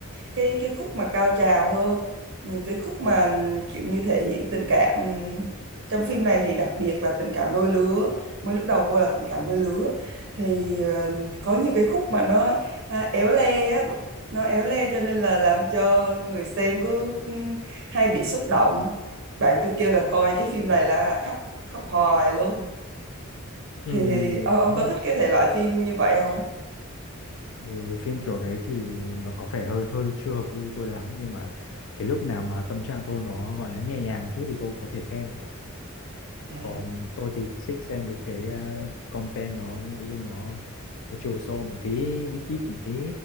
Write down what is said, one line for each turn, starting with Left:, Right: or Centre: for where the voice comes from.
Right: cái cái khúc mà cao trào hơn nhiều cái khúc mà kiểu như thể hiện tình cảm trong phim này thì đặc biệt là tình cảm đôi lứa mới lúc đầu vô là tình cảm đôi lứa thì ờ, có nhiều cái khúc mà nó à, éo le á nó éo le cho nên là làm cho người xem cứ ừ, hay bị xúc động bạn tôi kêu là coi cái phim này là khóc khóc hoài luôn
Left: Ừm,
Right: thì thì ông ông có thích cái thể loại phim như vậy không
Left: ừ, phim kiểu đấy thì nó có vẻ hơi hơi chưa hợp gu tôi lắm nhưng mà cái lúc nào mà tâm trạng tôi nó gọi là nhẹ nhàng một chút thì tôi có thể xem.
Right: à
Left: Còn tôi thì thích xem với cái ờ, content nó nội dung nó có chiều sâu một tí, deep deep một tí